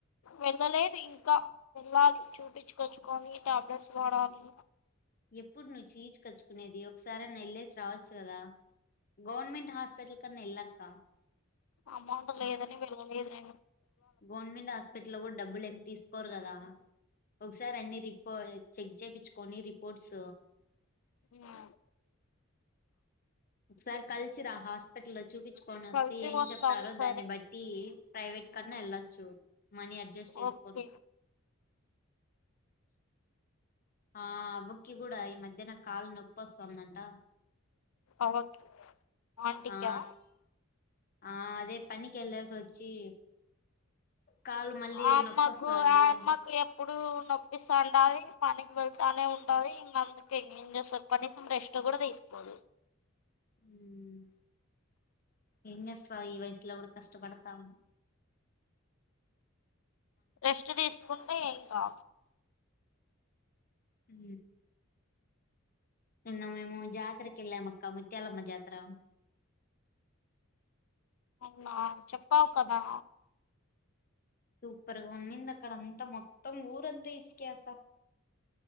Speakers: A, on the left; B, on the left.
A: వెళ్ళలేదు ఇంకా వెళ్ళాలి, చూపించుకొచ్చుకొని టాబ్లెట్స్ వాడాలి.
B: ఎప్పుడు నువ్వు చీజ్ కచ్చుకునేది. ఒకసారి న వెళ్ళసి రావచ్చు కదా. గవర్నమెంట్ హాస్పిటల్ కన్నా ఎళ్లక్క.
A: అమౌంట్ లేదని పిలవలేదు నేను.
B: గవర్నమెంట్ హాస్పిటల్ కూడా డబ్బులు ఎం తీసుకోరు కదా. ఒకసారి అన్ని రిపో చెక్ చేపిచ్చుకోని రిపోర్ట్స్
A: ఉమ్,
B: ఒకసారి కలిసి రా హాస్పిటల్లో చూపించుకొని వస్తే
A: కలిసి
B: ఏం
A: వస్తాం
B: చెప్తారో
A: సరే
B: దాన్ని బట్టి ప్రైవేట్
A: ఉమ్,
B: కన్నా వెళ్ళొచ్చు. మనీ అడ్జస్ట్ చేసుకో
A: ఓకే
B: అ కి కూడా ఈ మధ్యన కాళ్లు నొప్పి వస్తుందంట.
A: అవకి మాంటికా
B: ఆ ఆ అదే పనికెళ్ళిసి వచ్చి కాలు మళ్ళీ
A: ఆ అమ్మకు
B: నొప్పొస్తుంది
A: ఆ అమ్మకు
B: అ
A: ఎప్పుడు నొప్పిస్తూ ఉండి పనికి వెళ్తూనే ఉంటుంది ఇంక అందుకకు ఇం ఏం చేస్తుంది కనీసం రెస్ట్ కూడా తీసుకోదు
B: హ్మ్మ్ ఏం చేస్తావు ఈ వయసులో కూడా కష్టపడతావు
A: రెస్ట్ తీసుకుంటే ఇంకా
B: హ నిన్న మేము జాతరకి ఎల్లమక్క ముత్యాలమ్మ జాతర
A: అవునా చెప్పావు కదా
B: సూపర్గా ఉడింద అక్కడ అంతా మొత్తం ఊరంతా ఇసుక అక